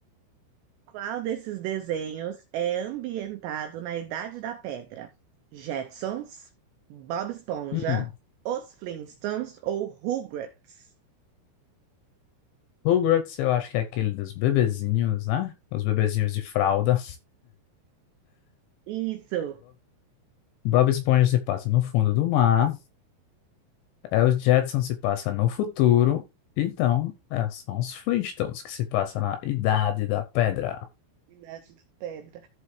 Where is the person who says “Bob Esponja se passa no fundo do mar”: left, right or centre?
Left